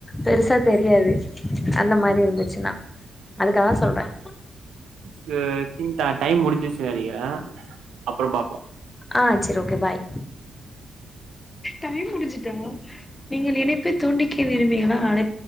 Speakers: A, on the left (about 25°); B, on the right (about 70°).
A: பெருசா தெரியாது அந்த மாதிரி இருந்துச்சுன்னா அதுக்க தான் சொல்றேன்
B: து டின் டைம் முடிஞ்சச்சு நெனைக்கிறே அப்றோ பாப்போம்
A: ஆஹ் செரி ஓகே பாய் டைம் முடிஞ்சுட்டா நீங்கள் இனைப்பை துண்டிக்க விரும்பிகளா அழை